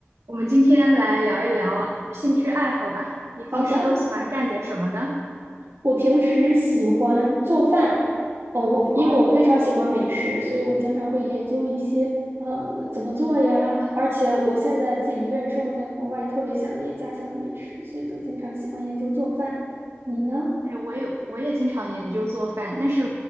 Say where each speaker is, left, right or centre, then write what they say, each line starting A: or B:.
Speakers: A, on the right; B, on the right.
A: 我们今天来聊一聊兴趣爱好吧。你平时都喜欢干点什么呢？
B: 好的，我平时喜欢做饭，哦，我因为我非常喜欢美食，
A: 哦，
B: 所以我经常会研究一些呃怎么做呀。而且我现在自己一个人生活在国外，特别想念家乡的美食，所以就经常喜欢研究做饭。你呢？
A: 哎，我也我也经常研究做饭，但是